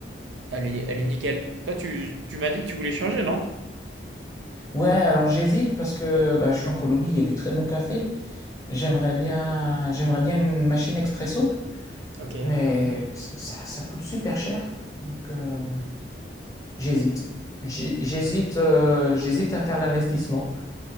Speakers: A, on the right (about 85°); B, on the left (about 20°).
A: elle est, elle est nickel. Toi, tu, tu m'as dit que tu voulais changer, non?
B: Ouais, alors j'hésite parce que bah, je suis en Colombie, il y a du très bon café. J'aimerais bien, j'aimerais bien une machine expresso,
A: Ok.
B: mais ça, ça- ça coûte super cher. Donc euh, j'hésite. J'hé- J'hésite, euh, j'hésite à faire l'investissement.